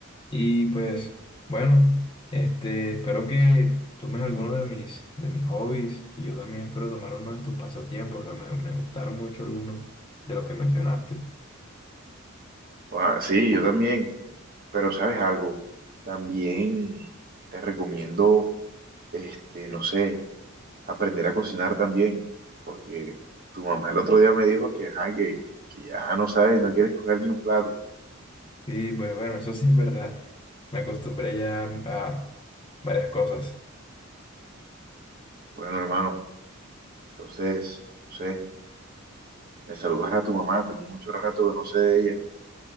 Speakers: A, on the left; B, on the right.
A: Y pues, bueno, este, espero que tomes alguno de mis, de mis hobbies y yo también espero tomar uno de tus pasatiempos. O sea, me, me gustaron mucho algunos de los que mencionaste.
B: Ah, sí, yo también, pero ¿sabes algo? También te recomiendo, este, no sé aprender a cocinar también, porque tu mamá el otro día me dijo que, ajá, que, que ya no sabes, no quieres coger ni un plato.
A: Sí, pues bueno, eso sí es verdad. Me acostumbré ya a varias cosas.
B: Bueno, hermano, entonces, no sé, me saludas a tu mamá, tengo mucho rato que no sé de ella.